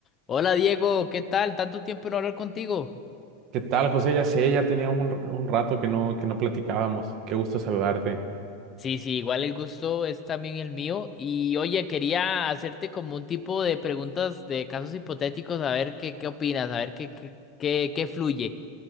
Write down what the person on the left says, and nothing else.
Hola Diego, ¿qué tal? Tanto tiempo no hablar contigo.
Sí, sí, igual el gusto es también el mío. Y oye, quería hacerte como un tipo de preguntas de casos hipotéticos, a ver qué, qué opinas, a ver qué, qué, qué, qué fluye.